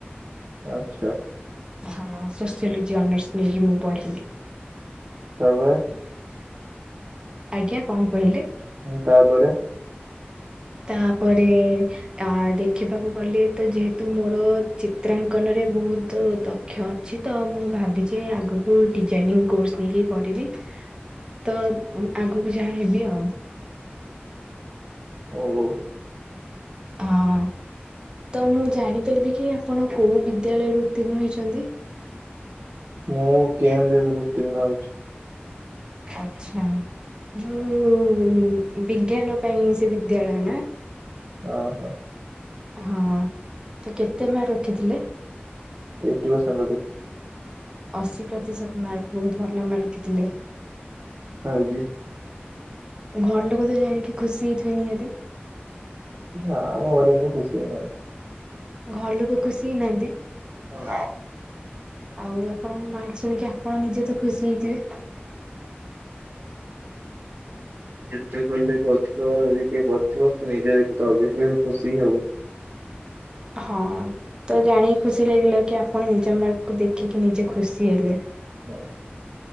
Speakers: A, on the right; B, on the right.
A: ଆଚ୍ଛା।
B: ହଁ ସୋସିଓଲୋଜି ଅନର୍ସ ନେଇକି ମୁଁ ପଢ଼ିବି।
A: ତା ପରେ।
B: ଆଜ୍ଞା କଣ କହିଲେ?
A: ତାପରେ।
B: ତାପରେ- ଆ ଦେଖିବାକୁ ଗଲେ ତ ଯେହେତୁ ମୋର ଚିତ୍ରାଙ୍କନରେ ବହୁତ ଦକ୍ଷ ଅଛି ତ ମୁଁ ଭାବିଛି ଆଗକୁ ଡିଜାଇନିଂ କୋର୍ସ ନେଇକି ପଢ଼ିବି। ତ ଆଗକୁ ଯାହା ହେବି ଆଉ।
A: ହଉ।
B: ହଁ ତ ମୁଁ ଜାଣିପାରିବି କି ଆପଣ କଉ ବିଦ୍ୟାଳୟରୁ ଉତ୍ତୀର୍ଣ୍ଣ ହୋଇଛନ୍ତି?
A: ମୁଁ କେମ ବି ବି ରୁ ଉତୀର୍ଣ୍ଣ ହେଇଛି।
B: ଆଚ୍ଛା ଯଉ ବିଜ୍ଞାନ ପାଇଁ ସେ ବିଦ୍ୟାଳୟ ନା?
A: ହଁ।
B: ହଁ ତ କେତେ ମାର୍କ ରଖିଥିଲେ?
A: ଏଇଟି ପରସେଣ୍ଟ ରଖିଥିଲି।
B: ଅଶୀ ପ୍ରତିଶତ ମାର୍କ ବହୁତ ଭଲ ମାର୍କ ରଖିଥିଲେ।
A: ଆଇ।
B: ଘର ଲୋକ ତ ଜାଣିକି ଖୁସି ହେଇଥିବେ ନିହାତି।
A: ନା ମୋ ଘରେ ହେଲେ ଖୁସି ହେଇ ନାହାନ୍ତି।
B: ଘର ଲୋକ ଖୁସି ହେଇନାହାନ୍ତି?
A: ନାଁ।
B: ଆଉ ଆପଣଙ୍କ ମାର୍କ ଶୁଣିକି ଆପଣ ନିଜେ ତ ଖୁସି ହେଇଥିବେ?
A: ଏତେ କଲେ ବି ଅଧିକରେ କିଏ କରିଥିବ ସେଇଟା ନିଜେ ଦେଖିଲି ଖୁସି ଆଉ।
B: ହଁ ତ ଜାଣି ଖୁସି ଲାଗିଲା କି ଆପଣ ନିଜ ମାର୍କକୁ ଦେଖିକି ନିଜେ ଖୁସି ହେଲେ।
A: ହୁଁ।